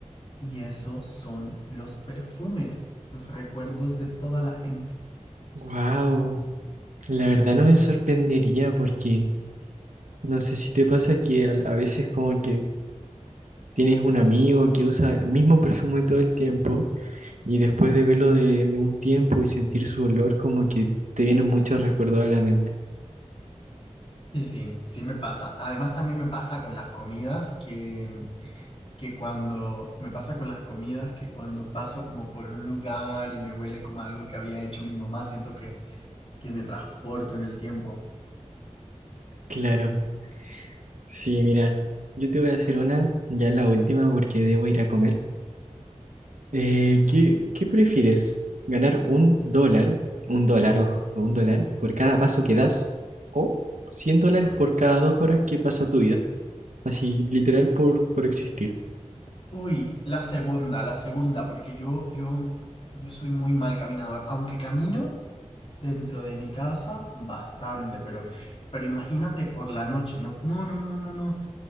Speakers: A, on the left; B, on the right.
A: Y eso son los perfumes, los recuerdos de toda la gente.
B: wow, la verdad no me sorprendería porque no sé si te pasa que al- a, veces como que tienes un amigo que usa el mismo perfume todo el tiempo Y después de verlo de, de un tiempo y sentir su olor, como que te vienen muchos recuerdos a la mente.
A: Sí, sí, sí me pasa. Además también me pasa con las comidas que, que cuando me pasa con las comidas que cuando paso como por un lugar y me huele como algo que había hecho mi mamá, siento que, que me transporto en el tiempo.
B: Claro, sí, mira, yo te voy a hacer una, ya la última porque debo ir a comer. Eh, ¿qué, qué prefieres? ¿Ganar un dólar, un dólar, ojo, un dólar por cada paso que das o 100 dólares por cada dos horas que pasa tu vida? Así, literal por, por existir.
A: Uy, la segunda, la segunda, porque yo, yo, yo soy muy mal caminador, aunque camino. dentro de mi casa bastante, pero, pero imagínate por la noche, no, no, no, no, no, no,